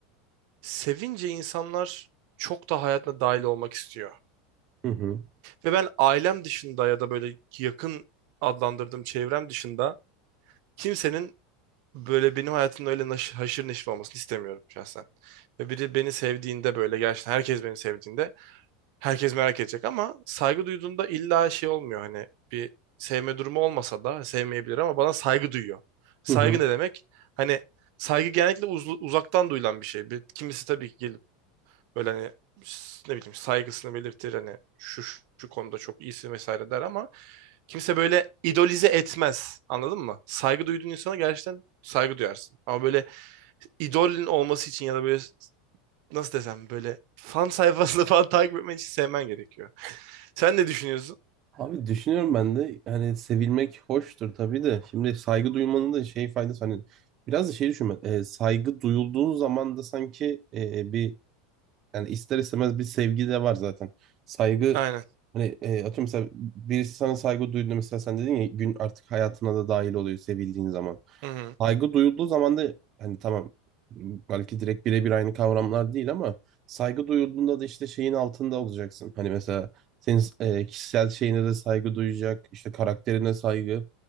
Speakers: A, on the right (about 60°); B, on the right (about 35°).
A: sevince insanlar çok da hayatına dahil olmak istiyor.
B: Hı hı.
A: Ve ben ailem dışında ya da böyle yakın adlandırdığım çevrem dışında kimsenin böyle benim hayatımda öyle naş- haşır neşir olmasını istemiyorum şahsen. Ve biri beni sevdiğinde böyle gerçekten herkes beni sevdiğinde herkes merak edecek ama saygı duyduğunda illa şey olmuyor hani bir sevme durumu olmasa da sevmeyebilir ama bana saygı duyuyor. Saygı
B: Hı hı.
A: ne demek? Hani saygı genellikle uz- uzaktan duyulan bir şey. Bir, kimisi tabii ki böyle hani ne bileyim saygısını belirtir hani şu şu şu konuda çok iyisin vesaire der ama kimse böyle idolize etmez. Anladın mı? Saygı duyduğun insana gerçekten saygı duyarsın. Ama böyle idolün olması için ya da böyle nasıl desem böyle fan sayfasını <laughs> falan takip etmen için sevmen gerekiyor. Sen ne düşünüyorsun?
B: Abi düşünüyorum ben de hani sevilmek hoştur tabii de şimdi saygı duymanın da şey faydası hani biraz da şey düşünme e, saygı duyulduğun zaman da sanki e, bir Yani ister istemez bir sevgi de var zaten. Saygı
A: Aynen.
B: hani e, atıyorum mesela birisi sana saygı duyduğunda mesela sen dedin ya gün artık hayatına da dahil oluyor sevildiğin zaman.
A: Hı hı.
B: Saygı duyulduğu zaman da hani tamam belki direkt birebir aynı kavramlar değil ama saygı duyulduğunda da işte şeyin altında olacaksın. Hani mesela senin e, kişisel şeyine de saygı duyacak, işte karakterine saygı.